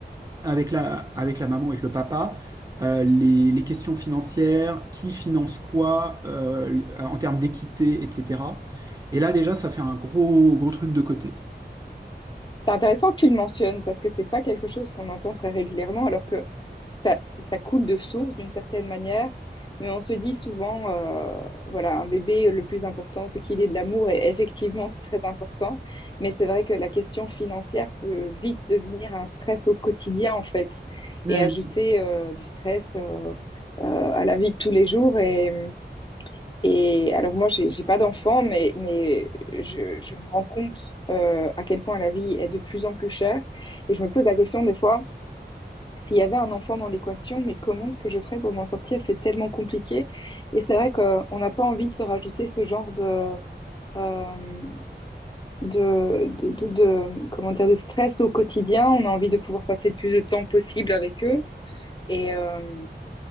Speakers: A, on the right; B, on the left.
A: avec la, avec la maman, avec le papa, euh, les, les questions financières, qui finance quoi euh, en termes d'équité, etc. Et là, déjà, ça fait un gros, gros truc de côté.
B: C'est intéressant que tu le mentionnes parce que c'est pas quelque chose qu'on entend très régulièrement alors que ça, ça coule de source d'une certaine manière. Mais on se dit souvent, euh, voilà, un bébé, euh, le plus important, c'est qu'il ait de l'amour et effectivement, c'est très important. Mais c'est vrai que la question financière peut vite devenir un stress au quotidien en fait
A: Hmm.
B: et ajouter euh, du stress euh, euh, à la vie de tous les jours et et alors moi, j'ai j'ai pas d'enfant, mais, mais je, je me rends compte euh, à quel point la vie est de plus en plus chère. Et je me pose la question des fois, s'il y avait un enfant dans l'équation, mais comment est-ce que je ferais pour m'en sortir? C'est tellement compliqué. Et c'est vrai qu'on n'a pas envie de se rajouter ce genre de, euh, de, de, de, de- comment dire, de stress au quotidien. On a envie de pouvoir passer le plus de temps possible avec eux. Et euh,